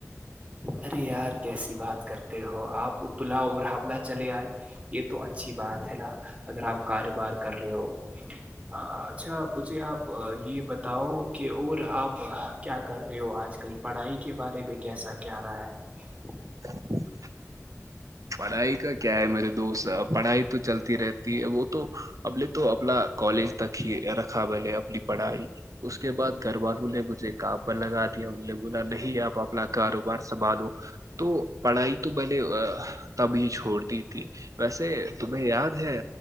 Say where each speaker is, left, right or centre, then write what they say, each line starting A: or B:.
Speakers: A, on the right; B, on the right.
A: ارے یار کیسی بات کرتے ہو آپ اتلا اور حملہ چلے آئے یہ تو اچھی بات ہے نا اگر آپ کاروبار کر رہے ہو اچھا مجھے آپ یہ بتاؤ کہ اور آپ کیا کر رہے رہے ہو آج کل پڑھائی کے بارے میں کیسا کیا رہا ہے
B: <unintelligible> پڑھائی کا کیا ہے میرے دوست اب پڑھائی تو چلتی رہتی ہے وہ تو ہم نے تو اپنا کالج تک ر رکھا بل اپنی پڑھائی اس کے بعد گھر والوں نے مجھے کام پر لگا دیا انوں نے بولا نہیں آپ اپنا کاروبار سنبھالو تو پڑھائی تو بہلے تبھی چھوڑتی تھی ویسے تمہیں یاد ہے